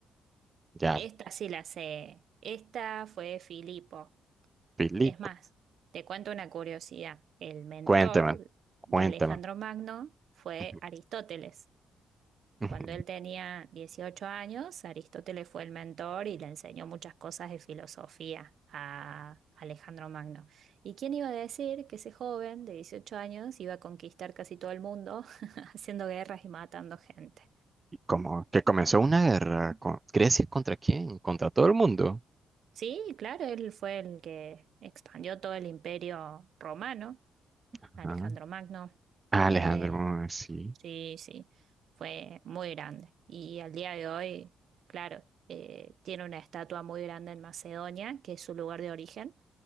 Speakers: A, on the right; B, on the right.
A: Ya,
B: Esta sí la sé. Esta fue Filipo.
A: Filipo,
B: Es más, te cuento una curiosidad. El mentor
A: cuéntame, cuéntame.
B: de Alejandro Magno fue
A: Ujú,
B: Aristóteles.
A: ujú.
B: Cuando él tenía 18 años, Aristóteles fue el mentor y le enseñó muchas cosas de filosofía a Alejandro Magno. ¿Y quién iba a decir que ese joven de 18 años iba a conquistar casi todo el mundo <laughs> haciendo guerras y matando gente?
A: Y Como que comenzó una guerra con Grecia contra quién, contra todo el mundo.
B: Sí, claro, él fue el que expandió todo el imperio romano,
A: Ajá.
B: Alejandro Magno.
A: Ah,
B: Eh,
A: Alejandro, mm, sí.
B: sí, sí, fue muy grande. Y al día de hoy, claro, eh, tiene una estatua muy grande en Macedonia, que es su lugar de origen,